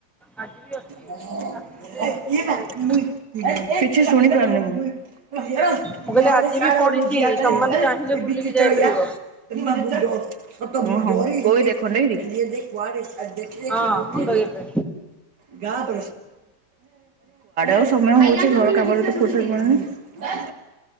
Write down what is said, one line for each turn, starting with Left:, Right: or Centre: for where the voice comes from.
Right: <unintelligible>
Centre: ଆଜି ବି ଅଛି।
Right: କିଛି
Centre: ମାନେ ଆସିଲେ
Right: ଶୁଣି
Centre: ବୁଲିକି
Right: ପାରୁନି
Centre: ଯାଇଥିଲେ।
Right: ମୁଁ ଇ ଆଡେ ସେ ଆଡେ
Centre: ମୁଁ କହିଲି ଆଜି ବି
Right: ଓହ୍ଲାଇଛି
Centre: ପଡିଛି ତମମାନେ
Right: ଇଏ
Centre: ଚାହିଁଲେ
Right: ବିଚିତ୍ର
Centre: ବୁଲିକି ଯାଇପାରିବ।
Right: ଇ ଆ ହ ହଁ କହିଦେ ଖଣ୍ଡେଇବି ଆଉ ଦେଖିଲେ
Centre: ହଁ
Right: କି ବହୁତ
Centre: ଖଣ୍ଡଗିରିରେ
Right: ଆଇଲେ କୁଆଡେ ଆଉ ସମୟ ହଉଛି ଘର କାମରେ ତ ଫୁରସତ୍ ମିଳୁନି। ହେ